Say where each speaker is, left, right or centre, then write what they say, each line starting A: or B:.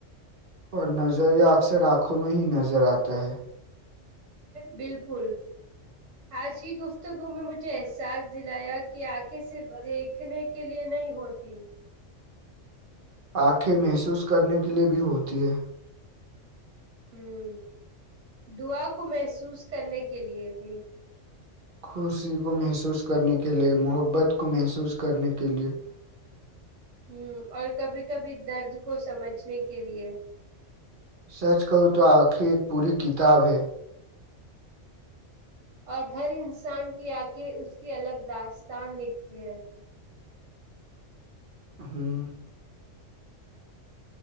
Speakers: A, on the right; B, on the right.
A: اور نظریہ اکثر آنکھوں میں ہی نظر آتا ہے
B: بالکل آج کی گفتگو میں مجھے احساس دلایا کہ آنکھے سے دیکھنے کے لیے نہیں ہوتی
A: آنکھیں محسوس کرنے کے لیے بھی ہوتی ہے
B: ہوں دعا کو محسوس کرنے کے لیے بھی
A: خوشی کو محسوس کرنے کے لئے محبت کو محسوس کرنے کے لئے
B: ہوں اور کبھی کبھی درد کو سمجھنے کے لیے
A: سچ کہوں تو آخر ایک پوری کتاب ہے
B: اور ہر انسان کی آنکھیں اس کی الگ داستان لکھتی ہے
A: ہوں